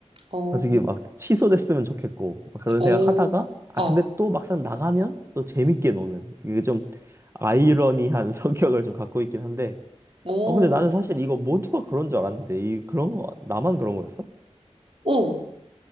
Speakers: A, on the right (about 55°); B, on the right (about 25°).
A: 오,
B: 솔직히 막 취소됐으면 좋겠고 막 그런
A: 오,
B: 생각 하다가 아
A: 어,
B: 근데 또 막상 나가면 또 재밌게 노는 그게 좀 아이러니한 <laughs> 성격을 좀 갖고 있긴 한데
A: 오,
B: 어 근데 나는 사실 이거 모두가 그런 줄 알았는데 이 그런 거 나만 그런 거였어?
A: 오.